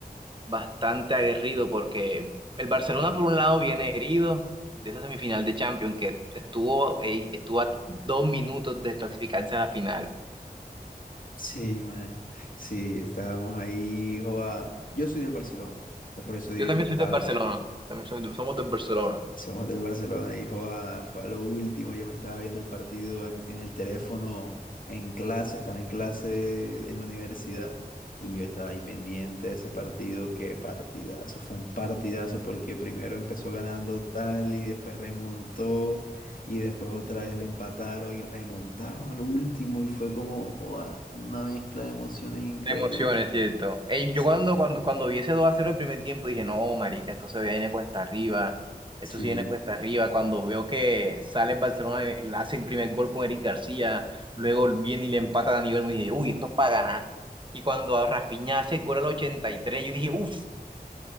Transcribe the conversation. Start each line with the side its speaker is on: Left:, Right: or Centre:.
Right: bastante aguerrido porque el Barcelona por un lado viene herido de esa semifinal de Champions que estuvo, ey, estuvo a dos minutos de clasificarse a la final.
Left: Sí, man, sí, estábamos ahí, joa, yo soy del Barcelona, entonces por eso digo,
Right: Yo también
Left: estábamos.
Right: soy del Barcelona, también soy- somos del Barcelona.
Left: Somos del Barcelona, hijo, ah, fue a lo último. Yo me estaba viendo el partido en, en el teléfono, en clase, estaba en clase en la universidad y yo estaba ahí pendiente de ese partido. Qué partidazo, fue un partidazo porque primero empezó ganando tal y después remontó y después otra vez le empataron y remontaron al último y fue como, joa, una mezcla de emociones increíble.
Right: De emociones, cierto. Ey,
Left: Sí,
Right: yo cuando, cuando, cuando vi ese 2 a cero el primer tiempo dije, no, marica, esto se viene cuesta arriba, esto
Left: sí.
Right: se viene cuesta arriba. Cuando veo que sale el Barcelona, eh, le hace el primer gol con Eric García, luego viene y le empata a Dani Olmo, y dije, uy, esto es para ganar. Y cuando a Rafinha hace el gol al 83 yo dije, uff,